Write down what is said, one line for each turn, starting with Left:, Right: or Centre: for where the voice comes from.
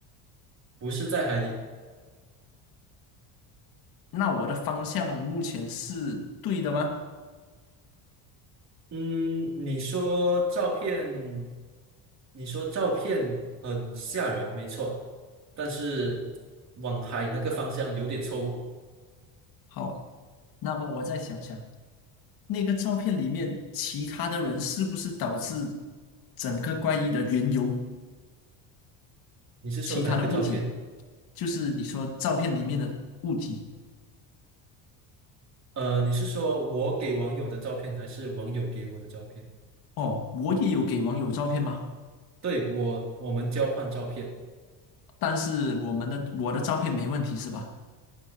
Right: 不是在海里。
Left: 那我的方向目前是对的吗？
Right: 嗯，你说照片，你说照片很吓人，没错，但是往海那个方向有点错误。
Left: 好，那么我再想想，那个照片里面其他的人是不是导致整个怪异的缘由？
Right: 你是说哪一个照片？
Left: 其他的物体，就是你说照片里面的物体。
Right: 呃，你是说我给网友的照片，还是网友给我的照片？
Left: 哦，我也有给网友照片吗？
Right: 对，我，我们交换照片。
Left: 但是我们的我的照片没问题是吧？